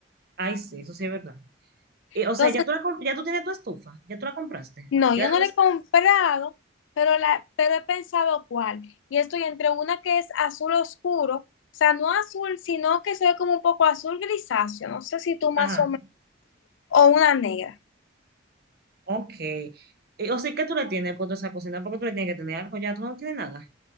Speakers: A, on the right; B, on the left.
A: Ay, sí, eso sí es verdad. Eh, o
B: Entonces,
A: sea, ya tú, la comp- ya tú tienes tu estufa, ya tú la compraste.
B: no,
A: Ya
B: yo
A: tienes.
B: no le he comprado, pero, la, pero he pensado cuál. Y estoy entre una que es azul oscuro, o sea, no azul, sino que se ve como un poco azul grisáceo, no sé si tú más
A: Ajá,
B: o menos, o una negra.
A: ok. Eh, o sea, ¿qué tú le tienes puesto a esa cocina? ¿Por qué tú le tienes que tener algo? Ya tú no tienes nada.